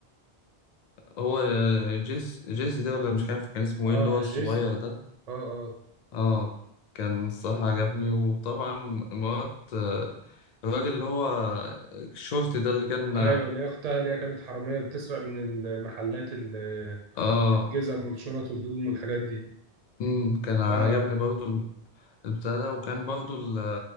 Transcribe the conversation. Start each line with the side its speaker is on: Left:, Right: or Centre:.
Left: هو آه، جيس جيسي ده ولا مش عارف كان اسمه
Right: اه
Left: ايه اللي هو الصغير
Right: جيسي
Left: ده
Right: اه اه
Left: اه كان الصراحة عجبني وطبعا مرات آه، الراجل اللي هو الشورت ده اللي كان
Right: ايوه اللي هي اختها اللي هي كانت حراميه بتسرق من المحلات ال-
Left: اه
Right: الجزم والشنط والهدوم والحاجات دي
Left: امم كان عجبني
Right: اه اه اه
Left: برضو البتاع ده وكان برضو ال-